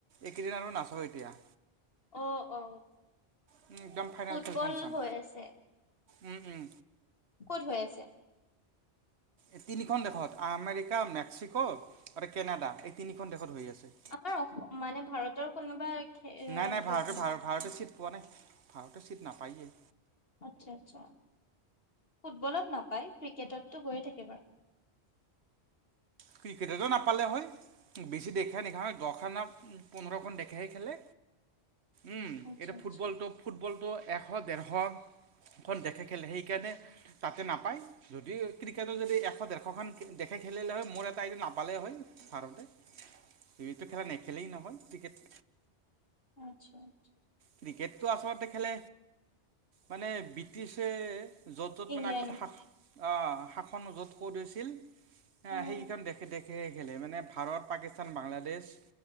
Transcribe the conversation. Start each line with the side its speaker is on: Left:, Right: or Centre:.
Right: এইকেইদিন আৰু নাচাওঁ এতিয়া-
Left: অ অ
Right: উম' একদম ফাইনেল
Left: ফুটবল
Right: খেলখন চাম
Left: হৈ আছে
Right: উম উম
Left: ক'ত হৈ আছে।
Right: এই তিনিখন দেশত আমেৰিকা মেক্সিকো আৰু কেনেডা এই তিনিখন দেশত হৈ আছে।
Left: আমাৰ অ' মানে ভাৰতৰ কোনোবা- খে- এ,
Right: নাই নাই ভাৰতে
Left: গৈছে ন
Right: ভাৰ ভাৰতে ছিট পোৱা নাই ভাৰতে ছিট নাপায়েই।
Left: আচ্ছা আচ্ছা ফুটবলত নাপায়। ক্ৰিকেটতটো হৈয়ে থাকে বাৰু।
Right: ক্ৰিকেটও নাপালে হয়, বেছি দেশেই নপালে হয় দখ পোন্ধৰখন দেখেহে খেলে। উম'
Left: আচ্ছা
Right: এটো ফুটবলটো
Left: আচ্ছা
Right: ফুটবলটো এশ ডেৰশ- খখন দেখে খেলে সেইকাৰণে তাতে নাপায়, যদি ক্ৰিকেটত যদি এশ দেৰশ খন দেখে খেলিলে হয় মোৰ- তাইটো নাপালে হয় ভাৰতেটো খেলা নেখেলেই নহয় ক্ৰিকেট-
Left: আচ্ছা আচ্ছা
Right: ক্ৰিকেটটো আচলতে খেলে মানে ব্ৰিটিছে- য'ত য'ত
Left: ইংলেণ্ড
Right: মানে আগতে শ শাসন য'ত কৈ থৈছিল সেইকেইখন
Left: উম
Right: দেখে খেইখন খেলে মানে ভাৰত পাকিস্তান বাংলাদেশ